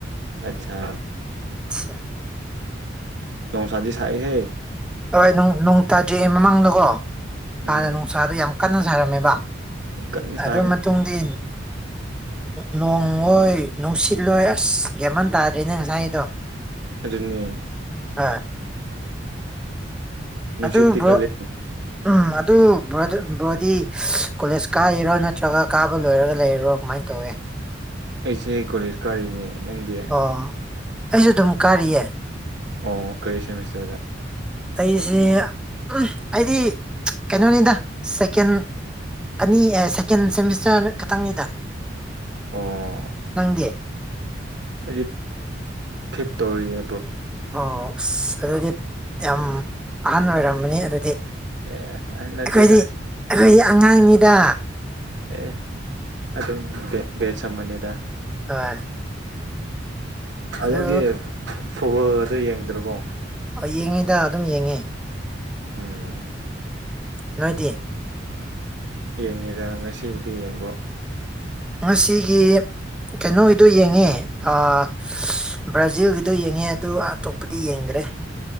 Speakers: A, on the right; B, in the centre.
A: ꯑꯆꯥ꯫
B: ꯁꯤꯌꯥ꯫
A: ꯅꯣꯡꯁꯥꯗꯤ ꯁꯥꯏꯌꯦꯍꯦ꯫
B: ꯍꯣꯏ ꯅꯣꯡ ꯅꯣꯡ ꯇꯥꯗ꯭ꯔꯤ ꯃꯃꯥꯡꯗꯀꯣ ꯍꯥꯟꯅ
A: ꯎꯝ
B: ꯅꯣꯡꯁꯥꯗꯣ ꯌꯥꯝ ꯀꯟꯅ ꯁꯥꯔꯝꯃꯦꯕ꯫
A: ꯀꯟꯅ ꯁꯥꯔꯝꯃꯦ
B: ꯑꯗꯨ ꯃꯇꯨꯡꯗꯤ ꯅꯣꯡꯑꯣꯏꯏ ꯅꯨꯡꯁꯤꯠꯂꯣꯏ ꯑꯁ ꯒꯌꯥꯟꯃꯟ ꯇꯥꯗ꯭ꯔꯦꯅꯦ ꯉꯁꯥꯏꯒꯤꯗꯣ꯫
A: ꯑꯗꯨꯅꯦ꯫
B: ꯑꯥ꯫
A: ꯅꯨꯡꯁꯤꯠꯇꯤ
B: ꯑꯗꯨ ꯕ꯭ꯔꯣ
A: ꯀꯜꯂꯤ
B: ꯎꯝ ꯑꯗꯨ ꯕ꯭ꯔꯣꯗꯤ ꯀꯣꯂꯦꯖ ꯀꯥꯔꯤꯔꯣ ꯅꯠꯇ꯭ꯔꯒ ꯀꯥꯕ ꯂꯣꯏꯔꯒ ꯂꯩꯔꯣ ꯀꯃꯥꯏꯅ ꯇꯧꯋꯦ?
A: ꯑꯩꯁꯦ ꯀꯣꯂꯦꯁ ꯀꯥꯔꯤꯅꯦ, ꯅꯪꯗꯤ?
B: ꯑꯣ ꯑꯩꯁꯨ ꯑꯗꯨꯝ ꯀꯥꯔꯤꯌꯦ꯫
A: ꯑꯣ ꯀꯥꯔꯤ ꯁꯦꯃꯤꯁꯇꯔꯗ
B: ꯑꯩꯁꯦ ꯎꯝ ꯑꯩꯗꯤ ꯀꯩꯅꯣꯅꯤꯗ ꯁꯦꯀꯦꯟ ꯑꯅꯤ ꯁꯦꯀꯦꯟ ꯁꯦꯃꯤꯁꯇ꯭ꯔ ꯈꯇꯪꯅꯤꯗ
A: ꯑꯣ
B: ꯅꯪꯗꯦ
A: ꯑꯩꯗꯤ ꯐꯤꯞ ꯇꯧꯔꯤꯌꯦ ꯕ꯭ꯔꯣ
B: ꯑꯣ ꯑꯁ ꯑꯗꯨꯗꯤ ꯌꯥꯝ ꯑꯍꯟ ꯑꯣꯏꯔꯝꯃꯅꯤ ꯑꯗꯨꯗꯤ
A: ꯑꯦ ꯅꯠꯇꯦꯗ
B: ꯑꯩꯈꯣꯏꯗꯤ ꯑꯩꯈꯣꯏꯗꯤ ꯑꯉꯥꯡꯅꯤꯗ
A: ꯑꯦ ꯑꯗꯨꯝ ꯕꯦ ꯕꯦꯠꯁ ꯑꯃꯅꯤꯗ
B: ꯍꯣꯏ ꯑꯗꯨ
A: ꯑꯗꯨꯒꯤ ꯐꯨꯠꯕꯣꯜ ꯑꯗꯨ ꯌꯦꯡꯗ꯭ꯔꯕꯣ
B: ꯌꯦꯡꯉꯦꯗ ꯑꯗꯨꯝ ꯌꯦꯡꯉꯦ
A: ꯎꯝ
B: ꯅꯣꯏꯗꯤ
A: ꯌꯦꯡꯉꯦꯗ ꯉꯁꯤꯗꯤ ꯌꯦꯡꯕ꯭ꯔꯣ
B: ꯉꯁꯤꯒꯤ ꯀꯩꯅꯣꯒꯤꯗꯣ ꯌꯦꯡꯉꯦ ꯑꯥ ꯕ꯭ꯔꯥꯖꯤꯜꯒꯤꯗꯣ ꯌꯦꯡꯉꯦ ꯑꯗꯨ ꯑꯇꯣꯞꯄꯗꯤ ꯌꯦꯡꯗ꯭ꯔꯦ